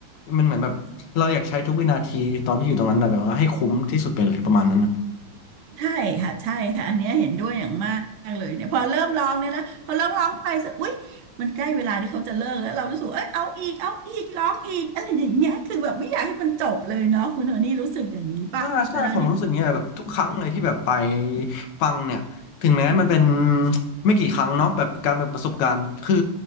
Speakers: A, on the left; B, on the right.
A: มันเหมือนแบบเราอยากใช้ทุกวินาทีตอนที่อยู่ตรงนั้นนะแบบว่าให้คุ้มที่สุดไปเลยประมาณนั้นนะ
B: ใช่ค่ะใช่ค่ะอันเนี้ยเห็นด้วยอย่างมากเลยเนี่ยพอเริ่มร้องเนี่ยนะพอเริ่มร้องไปสักอุ๊ยมันใกล้เวลาที่เขาจะเลิกแล้วเรารู้สึกเอ้ยเอาอีกเอาอีกร้องอีกอะไรอย่างเงี้ยคือแบบไม่อยากให้มันจบเลยเนาะคุณโทนี่รู้สึกอย่างนี้ป่ะเวลาที่
A: ถ้าใช่ผมรู้สึกเนี้ยแบบทุกครั้งเลยที่แบบไปฟังเนี่ยถึงแม้มันเป็น <tsk> ไม่กี่ครั้งเนาะแบบการเปิดประสบการณ์คือ